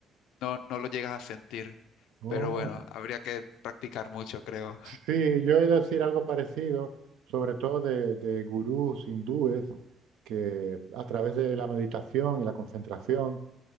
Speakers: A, on the left (about 85°); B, on the right (about 85°).
A: no, no lo llegas a sentir.
B: Oh.
A: Pero bueno, habría que practicar mucho, creo. <laughs>
B: Sí, yo he de decir algo parecido, sobre todo de, de gurús hindúes que a través de la meditación y la concentración,